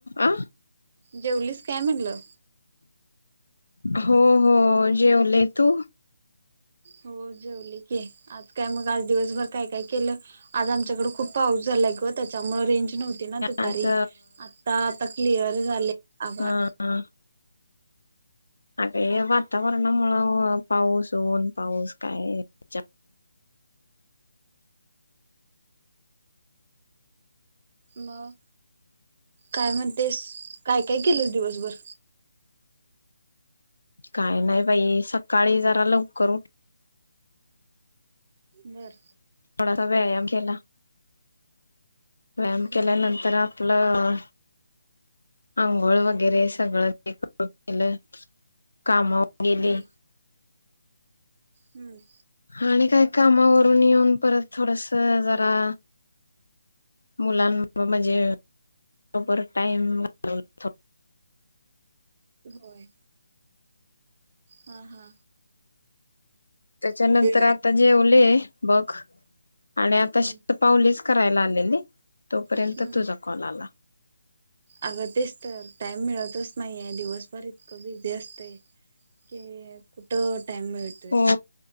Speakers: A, on the left; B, on the right.
A: अ
B: जेवलीस काय म्हणलं
A: हो हो जेवले तू
B: हो जेवली की आज काय मग आज दिवसभर काय काय केलं आज आमच्याकड खूप पाऊस झालाय ग त्याच्यामुळे रेंज नव्हती ना दुपारी
A: आज
B: आता तर क्लिअर झाले. आभाळ
A: हा हा <unintelligible> वातावरणामुळ पाऊस दोन पाऊस काय चा
B: मग काय म्हणतेस काय काय केलंस दिवसभर
A: काय नाही बाई सकाळी जरा लवकर ऊठ
B: बर.
A: थोडासा व्यायाम केला. व्यायाम
B: हम्म
A: केल्या नंतर आपलं आंघोळ वगैरे सगळं ते कर केलं कामा गेले.
B: हम्म हम्म
A: आणि काय कामावरून येऊन परत थोडस जरा मुलां म्हणजे बरोबर टाईम घालवला फक्त
B: होय. हा हा.
A: त्याच्यानंतर
B: म्हणजे
A: आता जेवले बघ. आणि आता
B: हम्म
A: शतपावलीच करायला आलेले तोपर्यंत
B: हम्म
A: तुझा कॉल आला.
B: अगं <inaudible> तेच तर टाइम मिळतच नाहीेये दिवसभर <inaudible> बिझी असतय <inaudible> कुठ <inaudible> टाइम मिळतोय
A: हो